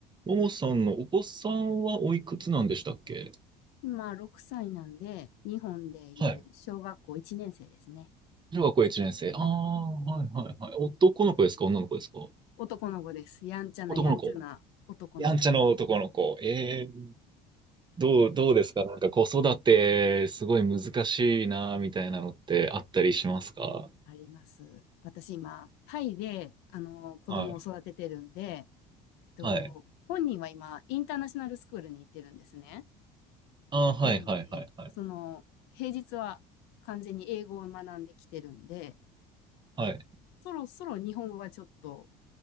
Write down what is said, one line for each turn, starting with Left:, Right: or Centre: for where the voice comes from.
Right: ももさんのお子さんはおいくつなんでしたっけ
Left: 今、6歳なんで、日本でいう小学校1年生ですね。
Right: はい。小学校1年生。ああ、
Left: うん
Right: はいはいはい。男の子ですか女の子ですか
Left: 男の子です。やんちゃなやんちゃな男の子です。
Right: 男の子。やんちゃの男の子。ええどう、どうですかなんか子育て、すごい難しいな、みたいなのってあったりしますか
Left: あります。私今、タイで、あの、子供を育ててるんで、
Right: はい。
Left: えっと、
Right: はい。
Left: 本人は今、インターナショナルスクールに行ってるんですね。
Right: ああ、はいはいはいはい。
Left: なので、その、平日は完全に英語を学んできてるんで、
Right: はい。
Left: そろそろ日本語がちょっと、